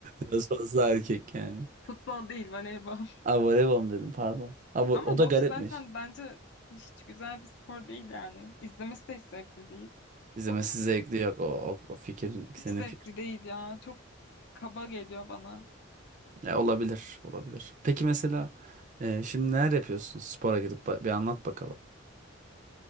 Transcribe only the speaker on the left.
Futbol değil, voleybol.
<laughs>
Ama
boks
zaten bence hiç güzel bir spor değil yani. İzlemesi de hiç zevkli değil
boksu.
Hiç
zevkli
değil ya. Çok kaba geliyor bana.